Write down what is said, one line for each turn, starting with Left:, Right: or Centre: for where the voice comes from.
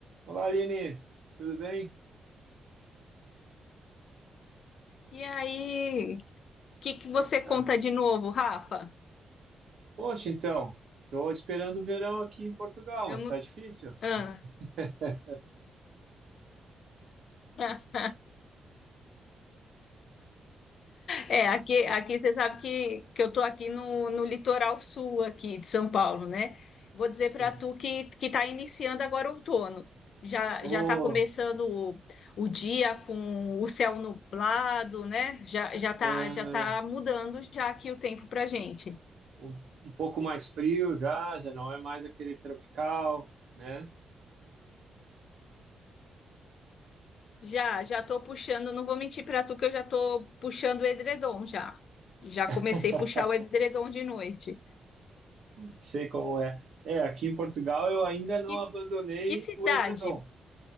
Right: Olá, Aline, tudo bem?
Left: E aí, o que que
Right: Como
Left: você
Right: é que está?
Left: conta de novo, Rafa?
Right: Poxa, então, estou esperando o verão aqui em Portugal,
Left: Vamos-
Right: mas está difícil.
Left: ah,
Right: <laughs>
Left: <laughs> é, aqui,
Right: E-
Left: aqui você sabe que, que eu tô aqui no, no litoral sul aqui de São Paulo, né? Vou
Right: Sim.
Left: dizer para tu que que está iniciando agora o outono. Já
Right: Oh,
Left: já está começando o, o dia com o céu nublado, né? Já já tá
Right: é,
Left: já tá mudando já aqui o tempo para gente.
Right: um, um pouco mais frio já, já não é mais aquele tropical, né?
Left: Já, já tô puxando, não vou mentir pra tu que eu já tô puxando o edredom já. Já comecei
Right: <laughs>
Left: a puxar o edredom de noite.
Right: Sei como é. É, aqui em Portugal eu ainda não
Left: Que,
Right: abandonei
Left: que cidade?
Right: o edredom.